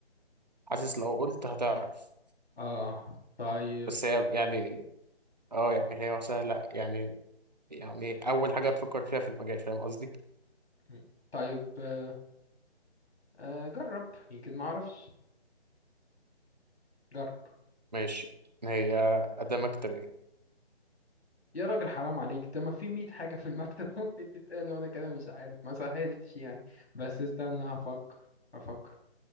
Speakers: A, on the right; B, on the left.
A: حاسس لو قلت هتعرف
B: آه طيب
A: بس هي يعني
B: مم.
A: اه يعني هي سهلة يعني يعني أول حاجة هتفكر فيها في المجال فاهم قصدي؟
B: مم. طيب آه، آه، جرب يمكن ما أعرفش جرب
A: ماشي هي أداة مكتبية
B: يا راجل حرام عليك ده ما في 100 حاجة في المكتب <laughs> ممكن تتقال وانا كده مش عارف ما سهلتش يعني بس استنى هفكر هفكر